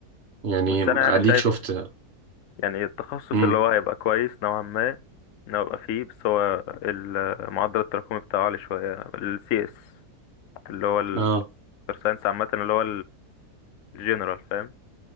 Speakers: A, on the right; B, on the left.
A: يعني
B: بس أنا يعني
A: اديك
B: شايف
A: شفت
B: يعني التخصص
A: امم
B: اللي هو هيبقى كويس نوعا ما إن هو يبقى فيه بس هو ال- معدل التراكمي بتاعه عالي شوية ال CS اللي هو ال
A: اه
B: Computer Science عامة اللي هو الجنرال فاهم